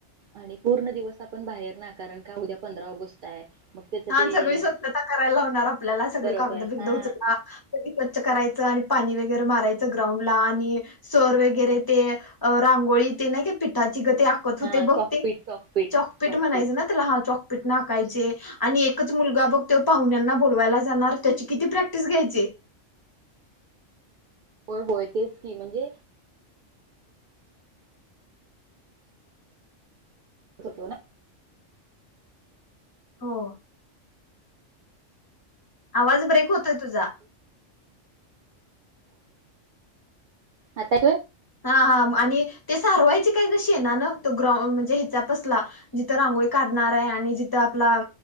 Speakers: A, on the right; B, on the left.
A: आणि पूर्ण दिवस आपण बाहेर ना कारण का उद्या पंधरा ऑगस्ट आहे. मग त्याच
B: छान
A: ते
B: सगळी स्वछता करायला ल्याला सगळे
A: बरोबर
B: कागद बिगद
A: हा
B: उचला, सगळं स्वच्छ करायचा पाणी वगैरे मारायच ग्राउंड ला आणि सर वगैरे ते रांगोळी ते नाही, का पीठ त होते
A: हा
B: <unintelligible> ब
A: चॉकपीट चॉकपीट
B: चकी
A: चॉकपीट
B: म्हणायच नाला ह पिटना खायचे <unintelligible> आणि एकच मुलगा बघ ते पाहुण्यांना बोलवायला जाणार त्याची किती प्रॅक्टिस घ्यायचे.
A: होय होय तेच की म्हणजे हो
B: हो आवाज ब्रेक होतो. तुझा
A: आता
B: हा हा आणि ते सारवायचे काय ग शेणानं तो ग्राउड म्हणजे ह्याचापसला जिथं रांगोळी काढणार आहे आणि जिथं आपला